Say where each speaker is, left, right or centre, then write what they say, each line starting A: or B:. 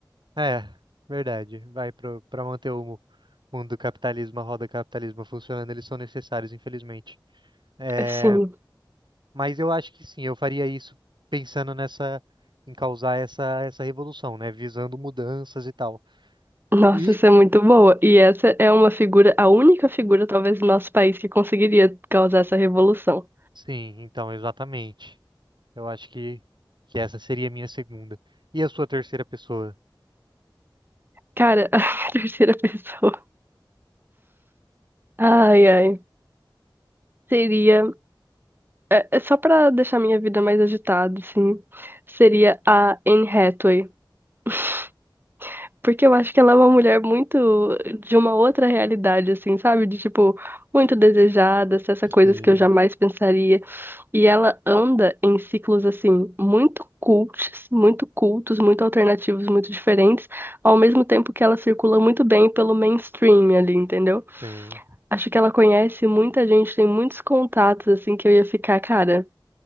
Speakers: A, on the right; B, on the right.
A: É, verdade. Vai pro, para manter o mundo do capitalismo, a roda do capitalismo funcionando, eles são necessários, infelizmente. É,
B: assim.
A: mas eu acho que sim, eu faria isso pensando nessa, em causar essa, essa revolução, né? Visando mudanças e tal.
B: Nossa,
A: E
B: isso é muito boa. E essa é uma figura, a única figura, talvez, do nosso país que conseguiria causar essa revolução.
A: sim, então, exatamente. Eu acho que, que essa seria a minha segunda. E a sua terceira pessoa?
B: Cara, <laughs> a terceira pessoa. Ai, ai. Seria. É, é só pra deixar minha vida mais agitada, assim. Seria a Anne Hathaway. <laughs> Porque eu acho que ela é uma mulher muito de uma outra realidade, assim, sabe? De tipo, muito desejada, essas coisas
A: Sim,
B: que eu jamais pensaria. E ela anda em ciclos, assim, muito cults, muito cultos, muito alternativos, muito diferentes, ao mesmo tempo que ela circula muito bem pelo mainstream ali, entendeu?
A: sim.
B: Acho que ela conhece muita gente, tem muitos contatos, assim, que eu ia ficar, cara,